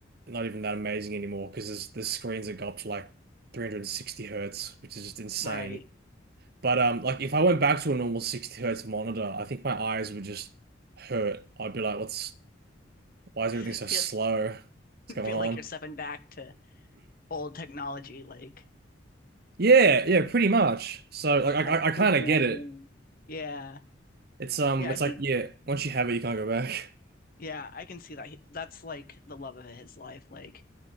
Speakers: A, on the right (about 50°); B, on the left (about 50°).
A: not even that amazing anymore because there's the screens that go up to like 360 hertz, which is just insane.
B: Right.
A: But um, like if I went back to a normal 60 hertz monitor, I think my eyes would just hurt. I'd be like, what's why is everything
B: <laughs>
A: so slow? What's going
B: feel
A: on?
B: like you're stepping back to old technology. Like,
A: Yeah, yeah, pretty much. So like I
B: uh,
A: I, I kind
B: caveman
A: of get it.
B: gaming. yeah,
A: It's um
B: yeah,
A: it's
B: he,
A: like yeah, once you have it, you can't go back. <laughs>
B: yeah, I can see that. He, that's like the love of his life. Like,